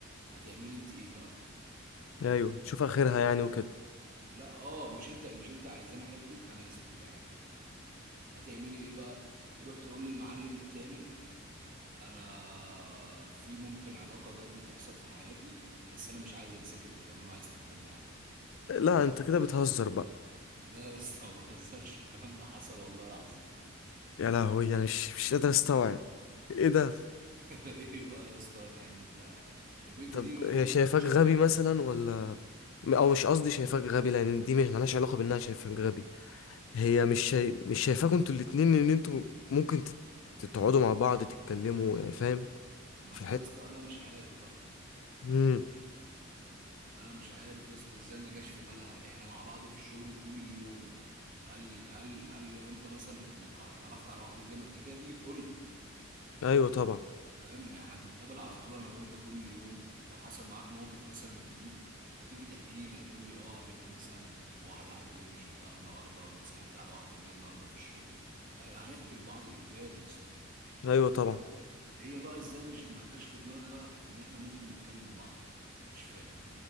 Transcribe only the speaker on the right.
هتعملي انت ايه بقى
مش
انت
لا اه مش انت مش انت عايزاني احبك انا يا ستي بحبك هتعملي ايه بقى تروح تقول للمعلم التاني انا في ممكن علاقه جد تحصل في حياتي بس انا مش عايز انساك انت كمان وعايز تفضل معايا
لا يا اسطى ما بهزرش الكلام ده حصل والله العظيم
<laughs> ايه بقى يا اسطى يعني انت البنت
دي المفروض
تتشتم
ما
انا
يا اسطى انا مش عارف بقى
انا مش عارف يا اسطى ازاي ما جاش في بالها احنا مع بعض في الشغل طول اليوم هل لي هل هل لو انت مثلا ما تع- اتعرفت على واحده دي ما انت كده تيجي تقول لي
فاهم احنا بنتقابل على طول انا وانت كل يوم لو حصل معاك موقف مثلا جديد هتيجي تحكي لي هتقول لي اه قابلت مثلا واحده عجبتني شفتها النهارده اتصاحبت على واحده جديده النهارده في الشغل أي- هنحكي لبعض اجباري يا اسطى
هي بقى ازاي مش ما جاش في دماغها ان احنا ممكن نتكلم بعض مش فاهم